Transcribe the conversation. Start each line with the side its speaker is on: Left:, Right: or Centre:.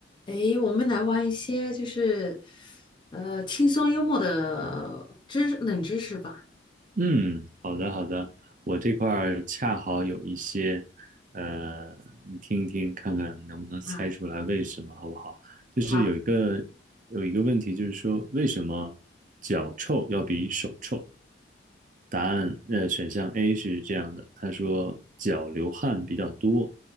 Left: 诶，我们来玩一些就是呃轻松幽默的知识冷知识吧。
Right: 嗯，好的好的，我这块儿恰好有一些，呃，你听一听，看看能不能猜出来为什么，
Left: 啊，
Right: 好不好？就是有一个有一个问题，
Left: 好，
Right: 就是说为什么脚臭要比手臭？答案，呃，选项 A 是这样的，他说脚流汗比较多